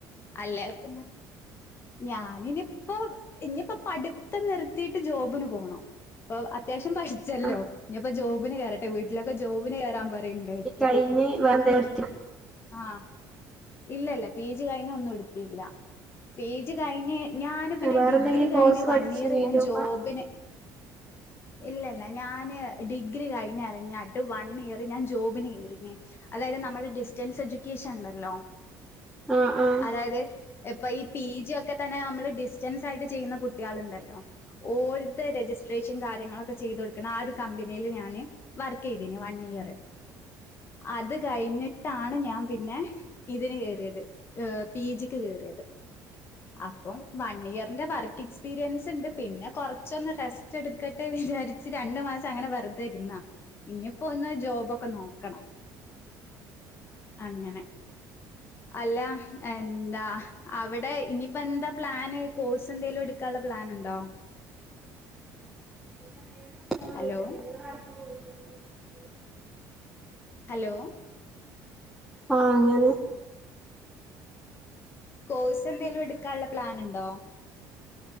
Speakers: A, on the left; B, in the centre.
A: അല്ലേ പിന്നെ ഞാന് ഇനിപ്പോ ഇനിയിപ്പോ പഠിത്തം നിർത്തിയിട്ട് ജോബിന് പോണം ഇപ്പൊ അത്യാവശ്യം പഠിച്ചല്ലോ
B: ആഹ്
A: ഇനിപ്പോ ജോബിന് കേറെട്ടെ വീട്ടിലൊക്കെ ജോബിന് കേറാൻ പറിണ്ട്
B: ഇ കയ്ഞ് വെറന്തേല് എട്ത്തി
A: ആഹ് ഇല്ലല്ല പീ ജ് കഴിഞ്ഞന്നും എടുത്തില്ല പീ ജി കഴിഞ് ഞാന് പിന്നെ
B: വേറെന്തെങ്കിലും
A: ഡിഗ്രി കഴിഞ്ഞ്
B: കോഴ്സ് പഠിച്ചീനോ
A: വൺ ഇയർ
B: അയിന്റെ
A: ഞാൻ
B: മുമ്പ്
A: ജോബിന് ഇല്ല ഇല്ല ഞാന് ഡിഗ്രി കഴിഞ് ഇറങ്ങിയായിട്ട് വൺ ഇയർ ഞാൻ ജോബിന് കേറീഞ് അതായത് നമ്മുടെ ഡിസ്റ്റൻസ് എഡ്യൂക്കേഷൻ ണ്ടല്ലോ
B: ആഹ് ആഹ്
A: അതായത് എപ്പ ഇ പി ജി ഒക്കെ തന്നെ നമ്മള് ഡിസ്റ്റൻസ് ആയിട്ട് ചെയ്യുന്ന കുട്ട്യേള്ണ്ടല്ലോ ഓര്തെ രജിസ്ട്രേഷൻ കാ ര്യങ്ങളൊക്കെ ചെയ്തൊടുക്ണ ആ ഒരു കമ്പനിൽ ഞാന് വർക്കയ്തീനി വൺ ഇയർ അത് കഴിഞ്ഞിട്ടാണ് ഞാൻ പിന്നെ ഇതിന് കേറിയത് പി ജിക്ക് കേറിയത് അപ്പം വൺ ഇയറിന്റെ വർക്ക് എക്സ്പീരിയൻസ്ണ്ട് പിന്നെ കൊറച്ചൊന്ന് റെസ്റ്റ് എടുക്ക ഇച്ച് രണ്ട് മാസം അങ്ങനെ വെറുതെ ഇരുന്നാ ഇനിയിപ്പോ ഒന്ന് ജോബൊക്കെ നോക്കണം അങ്ങനെ അല്ല എന്താ അവടെ ഇനിയിപ്പോ എന്താ പ്ലാന് കോഴ്സ് എന്തെലും എട്ക്കാൻള്ള പ്ലാനുണ്ടോ
B: ന്നേച്ചാ നേരം
A: ഹലോ
B: <inaudible> ഉം
A: ഹലോ
B: ആഹ് അങ്ങനെ
A: കോഴ്സ് എന്തെേലും എടുക്കാനുള്ള പ്ലാന് ഉണ്ടോ